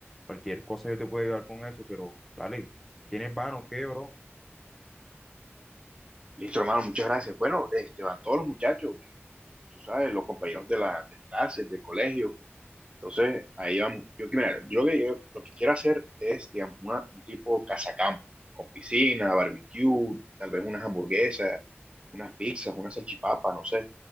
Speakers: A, in the centre; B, on the right.
A: cualquier cosa yo te puedo ayudar con eso, pero dale, ¿quiénes van o qué, bro?
B: Listo, hermano, muchas gracias. Bueno, este, van todos los muchachos, tú sabes, los compañeros de las clases, del colegio, Entonces, ahí vamos. Yo, que- mira, yo lo que, yo lo que quiero hacer es, digamos, una- un tipo casacampo, con piscina, barbecue, tal vez unas hamburguesas, unas pizzas, unas salchipapa, no sé.